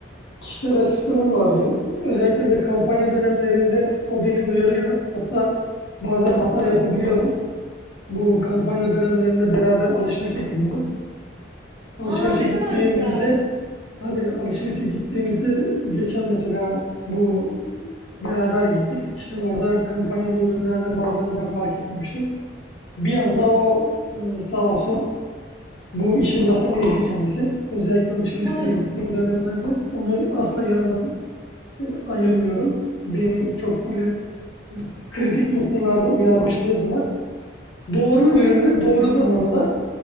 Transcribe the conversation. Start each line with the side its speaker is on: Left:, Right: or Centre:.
Left: Kişisel asistanım var benim. Özellikle böyle kampanya dönemlerinde o beni uyarıyor. Hatta bazen hata yapabiliyorum. Bu kampanya dönemlerinde beraber alışverişe gidiyoruz. Alışverişe
Right: Aa ne
Left: gittiğimizde
Right: kadar güzel.
Left: Tabii, alışverişe gittiğimizde geçen mesela bu beraber gittik. İşte orada kampanyalı ürünlerden bazılarını ben fark etmemiştim. Bir anda o, ııı, sağ olsun bu işin zaten ehli kendisi. Özellikle alışverişlere
Right: <laughs>
Left: gittiğim dönemlerde onu asla yanımdan, eee, ayırmıyorum. Beni çok böyle kritik noktalarda uyarmışlığı da var. Doğru ürünü doğru zamanda